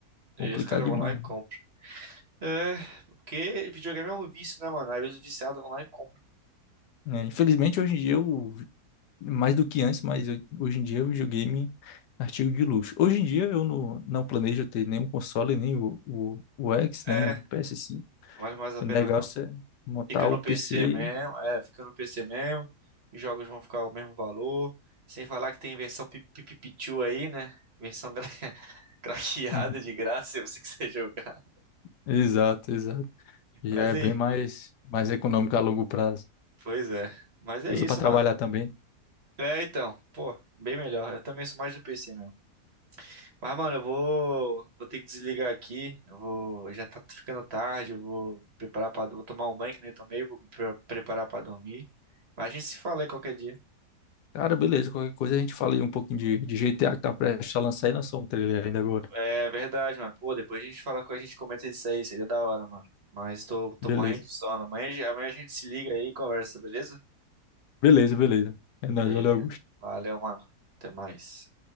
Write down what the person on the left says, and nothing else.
Complicado
demais.
né? infelizmente, hoje em dia, eu, mais do que antes, mas eu- hoje em dia, o videogame é artigo de luxo. Hoje em dia, eu não, não planejo ter nenhum console, nem o, o, o X,
nem o
PS5.
O
negócio
é montar
o PC.
Uhum.
Exato, exato. Já
é
bem mais, mais econômico a longo prazo.
Usa
para trabalhar
também.
Cara, beleza. Qualquer coisa a gente fala aí um pouquinho de, de GTA que tá prestes a lançar e lançou um trailer ainda agora.
Beleza.
Beleza, beleza. É nóis,
valeu, Augusto.